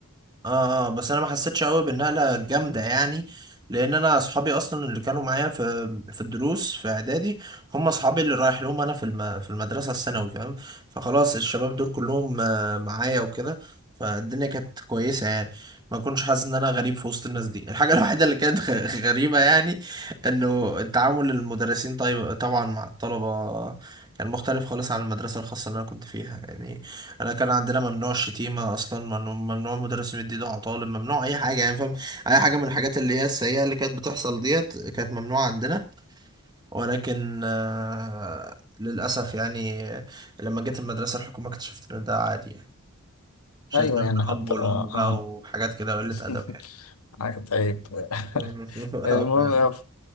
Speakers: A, on the right; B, on the left.
A: اه اه بس انا ما حسيتش قوي بالنقله الجامده يعني لان انا اصحابي اصلا اللي كانوا معايا في في الدروس في اعدادي هم اصحابي اللي رايح لهم انا في الم... في المدرسه الثانوي فاهم فخلاص الشباب دول كلهم آه، معايا وكده فالدنيا كانت كويسه يعني ما كنتش حاسس ان انا غريب في وسط الناس دي <laughs> الحاجه الوحيده اللي كانت غ- غريبه يعني انه التعامل المدرسين طيب طبعا مع الطلبه كان مختلف خالص عن المدرسه الخاصه اللي انا كنت فيها يعني انا كان عندنا ممنوع الشتيمه اصلا ممنوع ممنوع المدرس يمد ايده على طالب ممنوع اي حاجه يعني فاهم اي حاجه من الحاجات اللي هي السيئه اللي كانت بتحصل ديت كانت ممنوعه عندنا ولكن آه، للاسف يعني آه، لما جيت المدرسه الحكومه اكتشفت ان ده عادي يعني شتيمه
B: ايوه يعني حتى
A: بالاب والام
B: اه,
A: بقى
B: آه.
A: وحاجات كده قله
B: <laughs>
A: ادب يعني
B: طيب
A: <laughs>
B: <laughs>
A: اه
B: المهم
A: فعلا
B: يا ف-